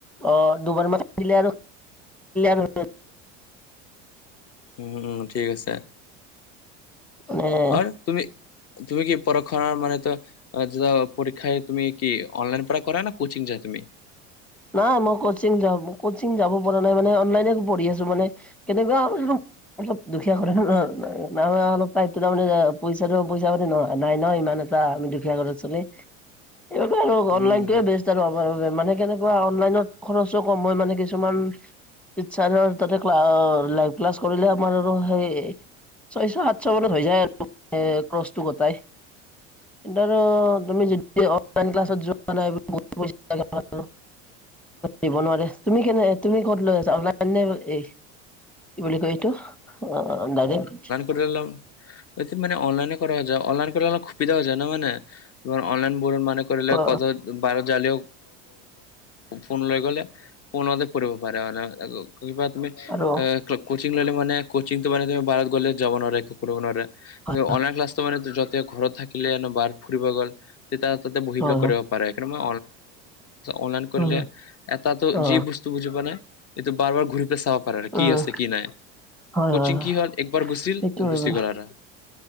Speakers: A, in the centre; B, on the left (about 40°).
A: অ দুবাৰ মান‌ দিলে আৰু
B: অহ অহ, ঠিক আছে
A: মানে
B: অহ তুমি, তুমি কি পঢ়া শুনাৰ মানেতো এহ যা পৰীক্ষাই তুমি কি, অনলাইন পৰাই কৰা না কোচিং যোৱা তুমি
A: নাই মই কচিং যাওঁ, কচিং যাব পৰা নাই মানে অনলাইনে পঢ়ি আছো মানে, কেনেকুৱা আৰু অলপ দুখীয়া ঘৰৰ ন অলপ টাইপ তাৰমানে পইচাটো পইচা পাতি নহয়, নাই নহ ইমান আমি দুখীয়া ঘৰৰ চলি, এনেকুৱা আৰু অনলাইনটোৱে
B: উম
A: বেজ আৰু আমাৰ বাবে অনলাইনত খৰচো কম হয়, মানে কিছুমান টিচাৰ তাতে লাইভ ক্লাছ কৰিলে আমাৰ আৰু সেই ছয়শ, সাতশ মানত হৈ যায় আৰু ক্ৰচটো গোটাই এতিয়া আৰু তুমি যদি অনলাইন ক্লাছত যোৱা নাই, এই বহুত পইচা লাগিব। দিব নোৱাৰে, তুমি কেনে তুমি ক'ত লৈ আছা, এই কি বুলি কৈ সেইটো, অহ ডাইৰেক্ট
B: কৰি লম সেটি মানে অনলাইনে কৰা যায়। অনলাইন কৰিলে সুবিধা যায় না মানে, অনলাইন বৰ্ডৰ মানে কৰিলে,
A: হয়
B: কত বাৰত জালেও ফোন লৈ গ'লে ফোনত কৰিব পাৰো, অহ আৰু কিবা তুমি
A: আৰু
B: কোচিং ললে মানে কচিংটো মানে তুমি বাৰত গ'লে যাব নোৱাৰে, একো কৰিব নোৱাৰে।
A: হয়
B: অনলাইন ক্লাছটো মানে যত তেতিয়া ঘৰত থাকিলে বাৰ ফুৰিব গ'ল তেতিয়া তাতে বহিবিলাক
A: হয়
B: কৰক সকাৰণে মইলো অনলাইন কৰিলে
A: হয় হয়
B: এটাটো
A: অ
B: যি বস্তু বুজি পোৱা নাই এইটো বাৰ বাৰ খুলি ফেল চাব পাৰে আৰু কি
A: উম
B: আছে। কি নাই
A: হয়
B: কচিং
A: হয় হয়
B: কি হ'ল একবাৰ গুচ
A: সেইটো হয়
B: গুচি
A: বাৰু
B: গ'ল আৰু